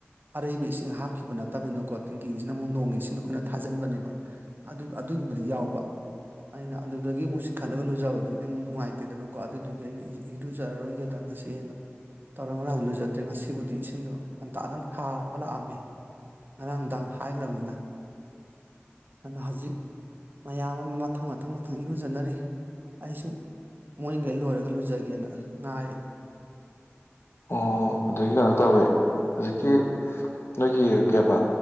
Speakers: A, on the right (about 45°); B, on the left (about 60°).
A: ꯑꯔꯩꯕ ꯏꯁꯤꯡ ꯍꯥꯞꯈꯤꯕ ꯅꯠꯇꯕꯅꯤꯅꯀꯣ ꯇꯦꯡꯀꯤꯁꯤꯅ ꯑꯃꯨꯛ ꯅꯣꯡꯒꯤ ꯏꯁꯤꯡꯗꯣ ꯑꯈꯣꯏꯅ ꯊꯥꯖꯤꯟꯕꯅꯦꯕ ꯑꯗꯨ ꯑꯗꯨꯕꯨꯗꯤ ꯌꯥꯎꯕ ꯑꯩꯅ ꯑꯗꯨꯗꯒꯤ ꯑꯃꯨꯛ ꯆꯤꯡꯈꯠꯂꯒ ꯂꯨꯖꯕꯗꯨꯗꯤ ꯑꯃꯨꯛ ꯅꯨꯡꯉꯥꯏꯇꯦꯗꯅꯀꯣ ꯑꯗꯨꯗꯨꯒꯤ ꯑꯩꯅ ꯏꯔꯨꯖꯔꯔꯣꯏꯒꯦꯗ ꯃꯁꯦꯑꯅ ꯇꯧꯔ ꯉꯔꯥꯡ ꯂꯨꯖ ꯐꯖꯗ꯭ꯔꯦ ꯉꯁꯤꯕꯨꯗꯤ ꯏꯁꯤꯡꯗꯣ ꯉꯟꯇꯥꯅ ꯊꯥꯔꯕ ꯂꯥꯛꯑꯝꯃꯦ ꯉꯔꯥꯡꯗꯥꯡ ꯍꯥꯏꯒ꯭ꯔꯕꯅꯤꯅ ꯑꯗ ꯍꯧꯖꯤꯛ ꯃꯌꯥꯝ ꯑꯃ ꯃꯊꯪ ꯃꯊꯪ ꯃꯊꯪ ꯏꯔꯨꯖꯅꯔꯤ ꯑꯩꯁꯨ ꯃꯣꯏꯟꯒꯩ ꯂꯣꯏꯔꯒ ꯂꯨꯖꯒꯦꯅ ꯉꯥꯏꯔꯤꯅꯤ
B: ꯑꯣ ꯑꯗꯒꯤ ꯀꯩꯅꯣ ꯇꯧꯋꯦ ꯍꯧꯖꯤꯛꯀꯤ ꯅꯣꯏꯒꯤ ꯀꯦꯕꯥ